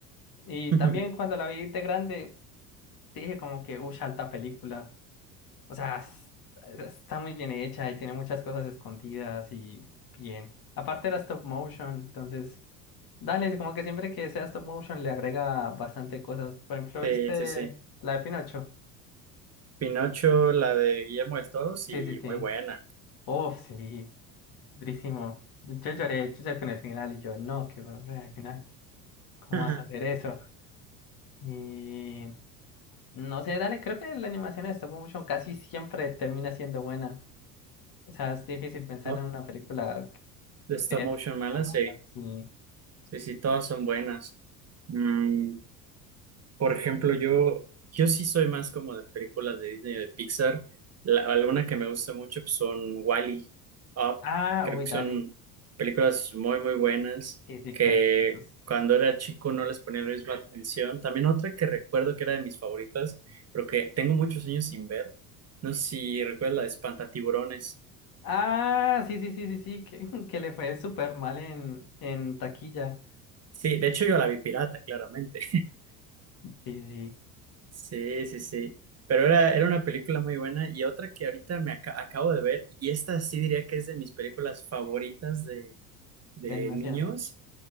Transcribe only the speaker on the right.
<laughs>
sí,
sí, sí.
Pinocho, la de Guillermo del Toro, sí,
muy buena.
<laughs>
¿No?
De Stop
Motion
Mala,
sí.
Sí, sí, todas son buenas. Mm, Por ejemplo, yo, yo sí soy más como de películas de Disney o de Pixar. La, alguna que me gusta mucho pues, son Wall-E, Up.
Creo
que
son películas muy, muy buenas
que
cuando era chico no les ponía la misma atención. También otra que recuerdo que era de mis favoritas, pero que tengo muchos años sin ver. No sé si recuerdas la de Espantatiburones.
Sí, de hecho yo la vi pirata, claramente.
Sí, sí, sí. Pero era, era una película muy buena y otra que ahorita me aca- acabo de ver, y esta sí diría que es de mis películas favoritas de, de
niños